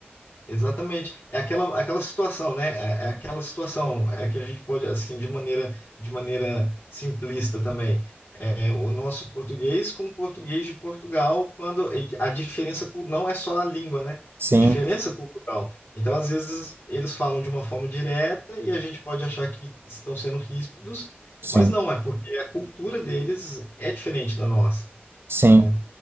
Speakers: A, on the left (about 65°); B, on the right (about 65°).
A: Exatamente. É aquela, aquela situação, né? É, é aquela situação é que a gente pode, assim, de maneira, de maneira simplista também. É, o nosso português com o português de Portugal, quando e que a diferença cu- não é só a língua, né?
B: Sim,
A: A diferença cultural. Então, às vezes, eles falam de uma forma direta e a gente pode achar que estão sendo ríspidos,
B: sim,
A: mas não, é porque a cultura deles é diferente da nossa,
B: sim,
A: né?